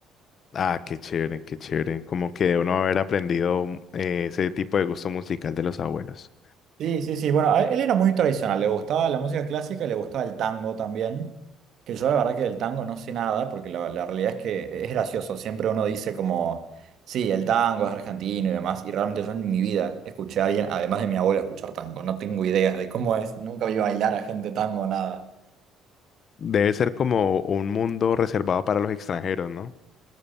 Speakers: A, on the left; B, on the right.
A: Ah, qué chévere, qué chévere. Como que uno haber aprendido eh, ese tipo de gusto musical de los abuelos.
B: Sí, sí, sí. Bueno, a- él era muy tradicional. Le gustaba la música clásica y le gustaba el tango también. Que yo la verdad que del tango no sé nada, porque la, la realidad es que es gracioso. Siempre uno dice como, sí, el tango es argentino y demás. Y realmente yo en mi vida escuché a alguien, además de mi abuela, escuchar tango. No tengo idea de cómo es. Nunca vi bailar a gente tango, nada.
A: Debe ser como un mundo reservado para los extranjeros, ¿no?